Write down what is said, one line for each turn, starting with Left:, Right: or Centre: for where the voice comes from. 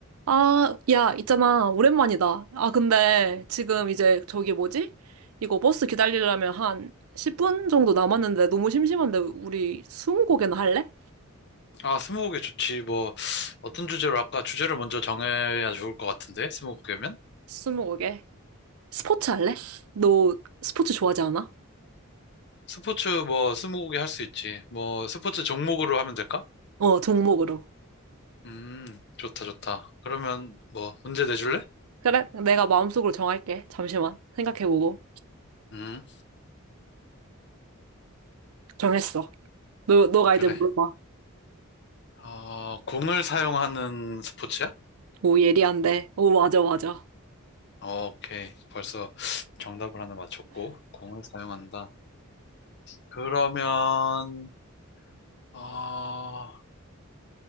Right: 아, 야, 있잖아. 오랜만이다. 아, 근데 지금 이제 저기 뭐지? 이거 버스 기다리려면 한 10분 정도 남았는데 너무 심심한데 우리 스무고개나 할래?
Left: 아, 스무고개 좋지. 뭐, 어떤 주제로 할까? 주제를 먼저 정해야 좋을 것 같은데, 스무고개면?
Right: 스무고개. 스포츠 할래? 너 스포츠 좋아하지 않아?
Left: 스포츠 뭐, 스무고개 할 수 있지. 뭐, 스포츠 종목으로 하면 될까?
Right: 어, 종목으로.
Left: 음, 좋다, 좋다. 그러면 뭐, 문제 내줄래?
Right: 그래, 내가 마음속으로 정할게. 잠시만. 생각해보고.
Left: 음,
Right: 정했어. 너, 너가
Left: 그래.
Right: 이제 물어봐.
Left: 어, 공을 사용하는 스포츠야?
Right: 오, 예리한데. 오, 맞아, 맞아.
Left: 어, 오케이. 벌써 정답을 하나 맞췄고, 공을 사용한다. 그러면, 어,